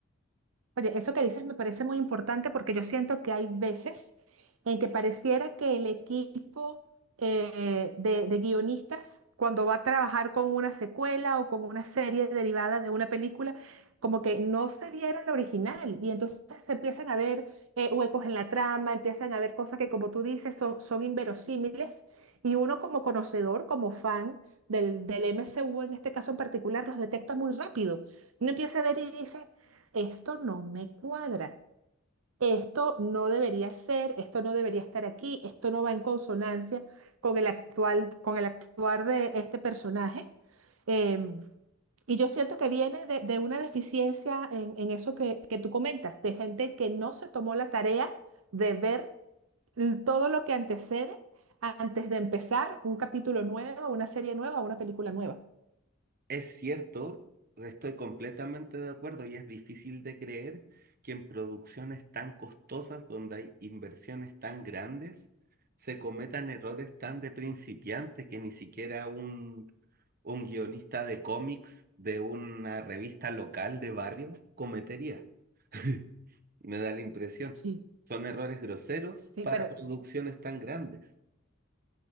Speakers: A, on the right; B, on the right.
A: Oye, eso que dices me parece muy importante porque yo siento que hay veces en que pareciera que el equipo eh, de, de guionistas, cuando va a trabajar con una secuela o con una serie derivada de una película, como que no se vieron la original y entonces se empiezan a ver eh, huecos en la trama, empiezan a ver cosas que, como tú dices, son, son inverosímiles y uno como conocedor, como fan del, del M C U en este caso en particular, los detecta muy rápido. Uno empieza a ver y dice esto no me cuadra, esto no debería ser, esto no debería estar aquí, esto no va en consonancia con el actual, con el actuar de este personaje. Em, y yo siento que viene de, de una deficiencia en, en eso que, que tú comentas, de gente que no se tomó la tarea de ver l- todo lo que antecede antes de empezar un capítulo nuevo, una serie nueva, una película nueva.
B: Es cierto, estoy completamente de acuerdo y es difícil de creer que en producciones tan costosas, donde hay inversiones tan grandes, se cometan errores tan de principiante que ni siquiera un, un guionista de cómics de una revista local de barrio cometería. <laughs> Me da la impresión.
A: Sí.
B: Son errores groseros
A: Sí,
B: para
A: pero
B: producciones tan grandes.